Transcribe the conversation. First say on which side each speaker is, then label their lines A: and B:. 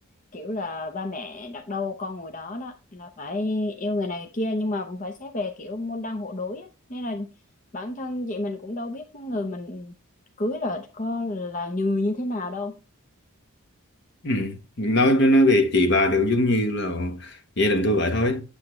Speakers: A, on the left; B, on the left.
A: kiểu là ba mẹ đặt đâu con ngồi đó đó là phải yêu người này người kia nhưng mà cũng phải xét về kiểu môn đăng hộ đối á. nên là bản thân chị mình cũng đâu biết người mình cưới là có là người như thế nào đâu
B: ừ. nói nói nói về chị bà đều giống như là gia đình tôi vậy thôi